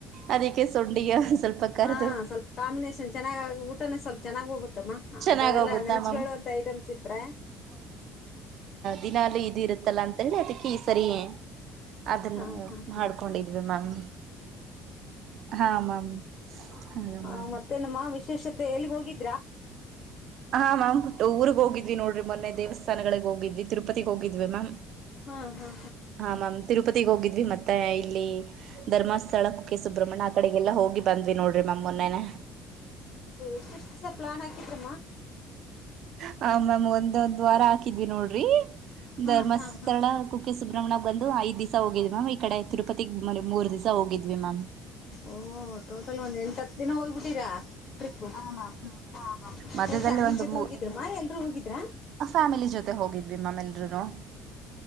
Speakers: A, on the right; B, on the left.
A: ಅದಕ್ಕೆ ಸೊಂಡಿಗೆ ಒಂದ್ ಸ್ವಲ್ಪ ಕರ್ದು
B: ಹ ಸ್ವಲ್ಪ ಕಾಂಬಿನೇಷನ್ ಚೆನ್ನಾಗ ಊಟ ಸ್ವಲ್ಪ ಚನ್ನಾಗ ಹೋಗು ತ್ತಮ್ಮ
A: ಚೆನ್ನಾಗ್
B: ಅಂತಾವೆಲ್ಲಾ
A: ಹೋಗುತ್ತಾ
B: ನಂಚ್ಗಳು
A: ಮ್ಯಾಮ್
B: ಅಂತ ಐಟಮ್ಸ್ ಇತ್ರ
A: ದಿನಾಲೂ ಇದು ಇರುತ್ತಲ್ಲ ಅಂತ ಹೇಳಿ ಅದಕ್ಕೆ ಈ ಸರಿ ಅದನ್ನು
B: ಹಾ ಹಾ ಹಾ
A: ಮಾಡ್ಕೊಂಡಿದ್ವಿ ಮ್ಯಾಮ್ ಹಾ ಮ್ಯಾಮ್ ಹಾಗ
B: ಹ
A: ಮ್ಯಾಮ್
B: ಮತ್ತೇನಮ್ಮ ವಿಶೇಷತೆ ಎಲ್ಲಿ ಹೋಗಿದ್ದ
A: ಹಾ ಮಾಮ್ ಊರಿಗ ಹೋಗಿ ದ್ವಿ ನೋಡ್ರಿ ಮೊನ್ನೆ ದೇವಸ್ಥಾನಗಳಿಗೆ ಹೋಗಿದ್ವಿ ತಿರೂಪತಿ ಹೋಗ ಮ್ಯಾಮ
B: ಹಾ ಹಾ
A: ಹಾ ಮ್ಯಾಮ ತಿರುಪತಿ ಹೋಗಿದ್ವಿ ದ್ವಿ ಮತ್ತೆ ಇಲ್ಲಿ ಧರ್ಮಸ್ಥಳ ಕುಕೆ ಸುಬ್ರಹ್ಮಣ್ಯ ಆ ಕಡೆಗೆಲ್ಲಾ ಹೋಗಿ ಬಂದ್ವಿ ನೋಡ್ರಿ ಮ್ಯಾಮ್ ಮೊನ್ನೆನೆ
B: ಇಸ್ಟ್ ದಿನ ಪ್ಲಾನ್ ಹಾಕಿದ್ರ
A: ಹ ಮ್ಯಾಮ್ ಒಂದೊಂದ್ ವಾರ ಹಾಕಿದ್ವಿ ನೋಡ್ರಿ
B: ಹಾ
A: ಧರ್ಮಸ್ಥಳ
B: ಹಾ ಹಾ
A: ಕುಕ್ಕೆ ಸುಬ್ರಹ್ಮಣ್ಯ ಬಂದು ಐದ್ ದಿವಸ ಹೋಗಿದ್ ಮ್ಯಾಮ್ ಈ ಕಡೆ ತಿರುಪತಿಗ್ ಮೆ ಮೂರ್ ದಿವಸ ಹೋಗಿದ್ ನಾಮ್
B: ಓಹ ಟೋಟಲ್ ಒಂದ್ ಎಂಟ ಹತ್ ದಿನ ಹೋಗ್ಬಿಟ್ಟಿರಾ ಟ್ರಿಪು ಹಾ ಮಾಮ್ ಅ ಮಾಮ್
A: ಮಧ್ಯದಲ್ಲಿ
B: ಫ್ಯಾಮಿಲಿ
A: ಒಂದು
B: ಜೊತೆ
A: ಮೂ
B: ಹೋಗಿದ್ರಮ್ಮ ಎಲ್ರುೂ ಹೋಗಿದ್ರಾ
A: ಫ್ಯಾಮಿಲಿ ಜೊತೆ ಹೋಗಿದ್ವಿ ಮಮ್ಮೆಲ್ರುನು